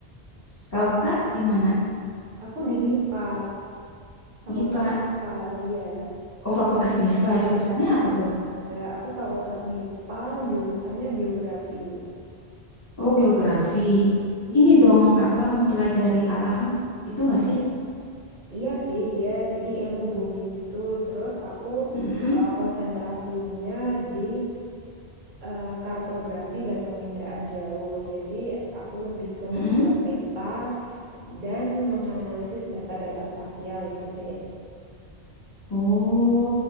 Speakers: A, on the left; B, on the right.
A: Kalau Kakak di mana?
B: Aku di MIPA, Fakultas
A: MIPA.
B: MIPA, iya.
A: Oh Fakultas MIPA. Jurusannya apa tuh?
B: Eh, aku Fakultas MIPA, jurusannya Geografi.
A: Oh geografi.
B: Mm-mm.
A: Ini dong apa mempelajari alam gitu nggak sih?
B: Iya sih, dia jadi ilmu bumi gitu. Terus aku
A: Mm-mm,
B: eh, konsentrasinya di eh, kartografi dan penginderaan jauh. Jadi aku lebih ke
A: mm-mm.
B: membuat peta dan menganalisis data-data spasial gitu sih.
A: Oh,